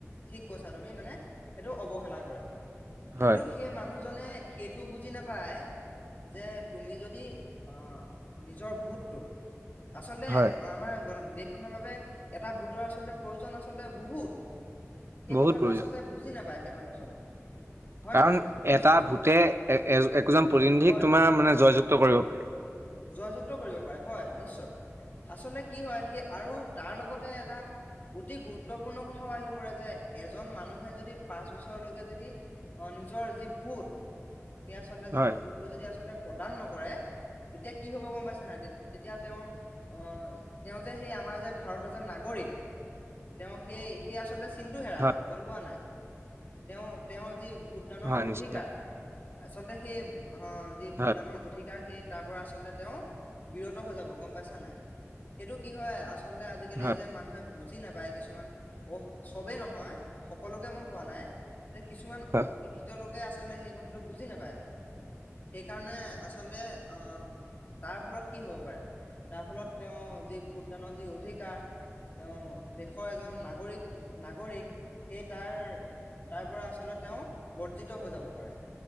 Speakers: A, on the left; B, on the right.
A: ঠিক কৈছা তুমি। মানে সেইটো অৱহেলা কৰে মানে। কিন্তু
B: হয়
A: সেই মানুহজনে সেইটোও বুজি নাপায়? পাই যে তুমি যদি আহ নিজৰ ভূতটোক। আচল
B: হয়
A: আমাৰ গ। দেশখনৰ বাবে এটা ভোটৰ আচলতে? প্ৰয়োজন আচলতে বহুত। সেই
B: বহুত
A: কথাটো
B: প্ৰয়োজন
A: আচলতে বুজি নাপাইছে? সেই মানুহজনে। হয়
B: কাৰণ
A: নহয় বাৰু তুমি
B: এটা
A: চোৱাচোন
B: ভূতে একোজন প্ৰতিনিধিকিক
A: হয়
B: তোমাৰ মানে জয়যুক্ত কৰিব পাৰে।
A: জয়যুক্ত কৰিব পাৰে হয়, নিশ্চয়। আচলতে কি হয় সেই আৰু তাৰ লগতে এটা অতি গুৰুত্বপূৰ্ণ কথাও আহি পৰে যে এজন মানুহে যদি পাঁচ বছৰলৈকে যদি অহ নিজৰ যি ভূত। সেই আচলতে যদি
B: হয়
A: ভোতটো যদি আচলতে প্ৰদান নকৰে তেতিয়া কি হ'ব গম পাইছা নাই? তেতিয়া তেওঁ অহ তেওঁ যে সেই আমাৰ যে ভাৰতৰ যে নাগৰিক তেওঁ সেই সেই আচলতে চিন্তটো হেৰা
B: হয়
A: যাব গম পোৱা নাই? তেওঁ-তেওঁৰ যি ভোটদানৰ
B: হয়
A: অধিকাৰ
B: নিশ্চয়
A: আচলতে সেই অ যি ভোটদানৰ
B: হয়
A: অধিক যাৰ হে তাৰ পৰা আচল্ততে তেওঁ বিৰত হৈ যাব গম পাইছা নাই? সেইটো কি হয় আলতে আজিকালি
B: হয়
A: এই যে মানুহে বুজে বুজি নাপায় কিছুমান, অ চবেই নহয়। সকলোকে মই কোৱা নাই। যে কিছুমান
B: হয়
A: অশিক্ষিত লোকে আছে আচল সেই কথাটো বুজি নাপায়। সেইকাৰণে আচলতে অহ তাৰ ফলত কি হ'ব পাৰে? তাৰ ফলত তেওঁ যি ভূটদানৰ যি অধিকাৰ তেওঁ দেশৰ এজন নাগৰিক-নাগৰিক সেই তাৰ তাৰ পৰা আচলতে তেওঁ বৰ্জিত হৈ যাব পাৰে।